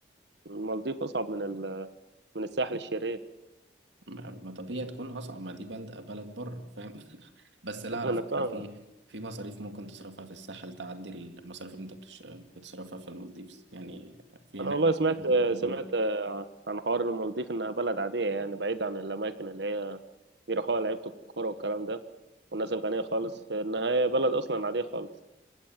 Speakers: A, on the right; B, on the right.
A: المالديف اصعب من ال- من الساحل الشرير
B: ما ما طبيعي تكون أصعب ما دي بلد بلد بره فاهم <laughs> بس لا
A: <laughs>
B: على
A: انا
B: فكرة
A: فاهم
B: في في مصاريف ممكن تصرفها في الساحل تعدي المصاريف اللي أنت بتش- بتصرفها في المالديفز يعني في
A: انا
B: هناك
A: والله سمعت
B: دولار
A: سمعت عن حوار المالديف انها بلد عاديه يعني بعيد عن الاماكن اللي هي بيروحوها لعيبه الكوره والكلام ده والناس الغنيه خالص انها هي بلد اصلا عاديه خالص